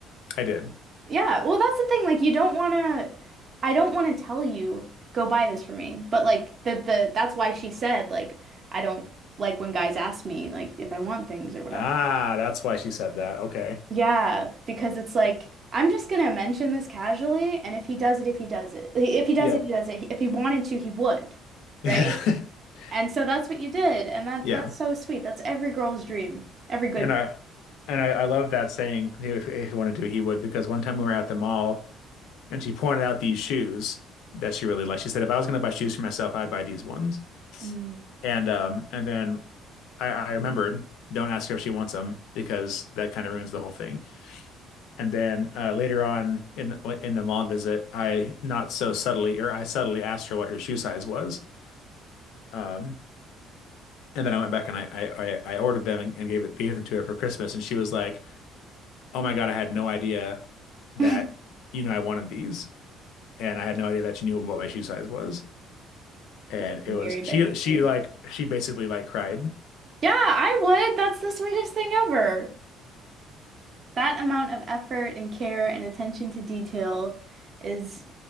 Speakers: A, on the left (about 80°); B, on the right (about 35°).
A: I did.
B: Yeah, well, that's the thing. Like, you don't want to, I don't want to tell you, go buy this for me. But like the the that's why she said like I don't like when guys ask me like if I want things or whatever.
A: Ah, that's why she said that. Okay.
B: Yeah, because it's like I'm just gonna mention this casually, and if he does it, if he does it, Like, if he does
A: Yep.
B: it, he does it. If he wanted to, he would, right?
A: <laughs>
B: And so that's what you did, and that
A: Yeah.
B: that's so sweet. That's every girl's dream, every good
A: And I and I, I love that saying. If, if you want to do, he would because one time we were at the mall. And she pointed out these shoes that she really liked. She said, if I was going to buy shoes for myself, I'd buy these ones.
B: Mm.
A: And um, and then I, I remembered, don't ask her if she wants them because that kind of ruins the whole thing. And then uh, later on in in the mall visit, I not so subtly or I subtly asked her what her shoe size was. Um, and then I went back and I I I I ordered them and, and gave it gave them to her for Christmas, and she was like, "Oh my God, I had no idea that
B: <laughs>
A: you know I wanted these, and I had no idea that you knew what my shoe size was." and
B: legendary
A: it was
B: behavior.
A: she she like she basically like cried.
B: Yeah, I would. That's the sweetest thing ever. That amount of effort and care and attention to detail is,